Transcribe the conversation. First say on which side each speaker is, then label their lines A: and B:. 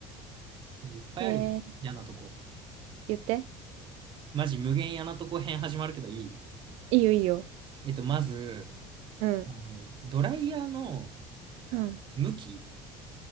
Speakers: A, on the right; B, on the right.
A: いっぱいあるよね。
B: へえ、
A: 嫌なとこ。
B: 言って。
A: マジ無限嫌なとこ編始まるけどいい
B: いいよ、いいよ。
A: えっと、まず、
B: うん、
A: あの、ドライヤーの
B: うん、
A: 向き、